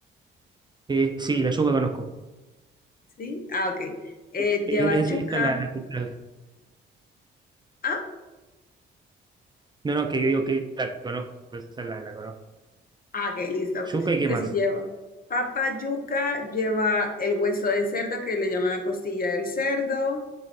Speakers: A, on the right; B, on the left.
A: eh, sí, la yuca conozco.
B: Sí. Ah, ok. Eh,
A: Eh,
B: lleva
A: eh, es-
B: yuca.
A: esa la, la- la-
B: ah,
A: no, no, que digo que la conozco, esa la, la conozco.
B: Ah, ok, listo.
A: Yuca y qué
B: Entonces
A: más.
B: sí lleva papa, yuca, lleva el hueso de cerdo que le llaman la costilla del cerdo,